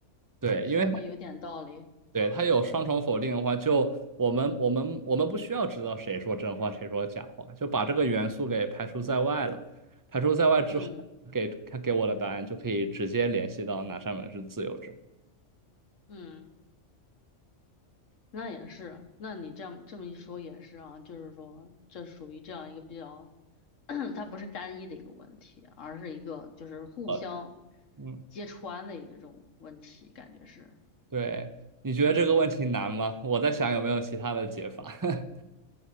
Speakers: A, on the right; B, on the left.
A: 对，
B: 说的有点道理。
A: 因为它对它有双重否定的话，就我们我们我们不需要知道谁说真话，谁说假话，就把这个元素给排除在外了。排除在外之后，
B: 嗯
A: 给它给我的答案就可以直接联系到哪扇门是自由之门。
B: 嗯，那也是啊。那你这样这么一说也是啊，就是说这属于这样一个比较，<coughs> <clears throat> 它不是单一的一个问题，而是一个就是互相
A: 呃嗯
B: 揭穿的一个这种问题，感觉是。
A: 对，你觉得这个问题难吗？我在想有没有其他的解法。<laughs>